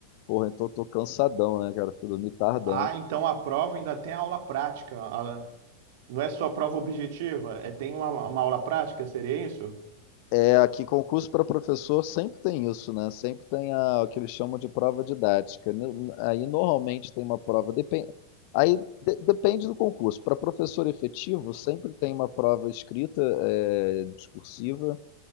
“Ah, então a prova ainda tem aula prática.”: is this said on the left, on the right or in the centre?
Right